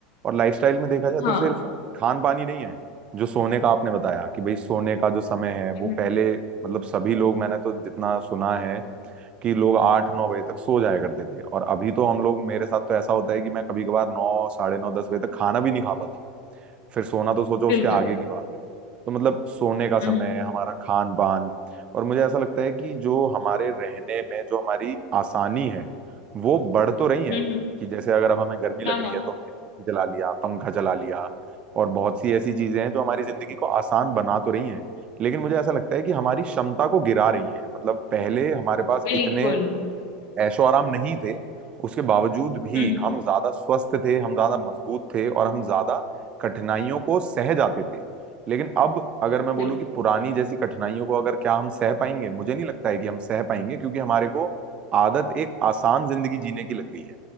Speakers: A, on the right (about 30°); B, on the left (about 65°).
A: और लाइफस्टाइल में देखा जाए
B: हाँ
A: तो सिर्फ खान पान ही नहीं है जो सोने का आपने बताया कि भाई सोने का जो समय है
B: हम्म
A: वो पहले मतलब सभी लोग मैंने तो जितना सुना है कि लोग आठ नौ बजे तक सो जाया करते थे और अभी तो हम लोग मेरे साथ तो ऐसा होता है कि मैं कभी कभार नौ साढ़े नौ दस बजे तक खाना भी नहीं खा पाता हूँ फिर सोना तो सोचो
B: बिल्कुल
A: उसके आगे की बात है तो मतलब सोने का समय
B: हम्म
A: हमारा खान पान और मुझे ऐसा लगता है कि जो हमारे रहने में जो हमारी आसानी है वो बढ़ तो रही है
B: हम्म
A: कि जैसे अगर अब हमें गर्मी लग
B: हाँ
A: रही
B: हाँ
A: है तो हमने एसी चला लिया पंखा चला लिया और बहुत सी ऐसी चीजें हैं जो हमारी जिंदगी को आसान बना तो रही हैं लेकिन मुझे ऐसा लगता है कि हमारी क्षमता को गिरा रही हैं मतलब पहले हमारे पास
B: बिल्कुल
A: इतने ऐशो आराम नहीं थे उसके बावजूद भी
B: हम्म
A: हम ज्यादा स्वस्थ थे हम ज्यादा मजबूत थे और हम ज्यादा कठिनाइयों को सह जाते थे लेकिन अब अगर मैं बोलूँ
B: बिल्कुल
A: कि पुरानी जैसी कठिनाइयों को अगर क्या हम सह पाएंगे मुझे नहीं लगता है कि हम सह पाएंगे क्योंकि हमारे को आदत एक आसान जिंदगी जीने की लग गई है